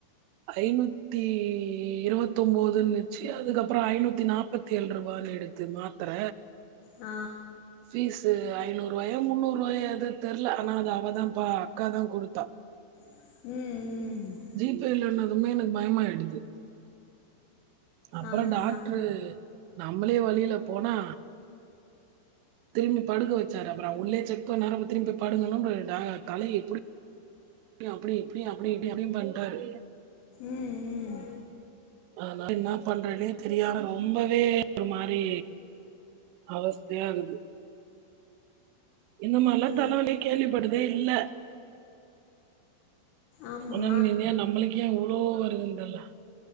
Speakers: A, on the right (about 80°); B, on the left (about 75°).
A: ஐநூத்தி இருவத்தொம்போதுன்னுச்சீ அதுக்கப்றோ ஐநூத்தி நாப் நாப்பத்தி ஏழு ரூபானினுடுத்து மாத்தர
B: ஆ
A: ஃபீஸ்சு ஐநூறு ரூவாயோ முன்னூற் ரூவாயோ எதோ தெர்ல ஆனா அது அவதாப்பா அக்கா தா குடுத்தா
B: ம் ம்
A: ஜிபே இல்லன்னதுமே எனக்கு பயமாயிடுது அப்றோ
B: ஆமா
A: டாக்ட்ரு நம்மளே வலியில போனா திரும்பி படுக்க வெச்சாரு அப்பறோ உள்ளயே செக் பண்ணாரு அப்றோ திரும்பி போய் படுங்கன்னோ அப்றோ டா தலைய புடி இப்டியு அப்டி இப்டியு அப்டி இப்டியு அப்டியும் பண்டாரு
B: ம் ம்
A: அனால என்னா பண்றன்னே தெரியாம ரொம்பவே ஒரு மாரி அவஸ்தையாகுது இந்த மாரில்லா
B: ஓ
A: தலவலிய கேள்விப்பட்டதே இல்ல
B: ஆமா
A: ஆனா நிம்மியா நம்மளுக்கு ஏயா இவ்ளோ வருதுன்னு தெர்ல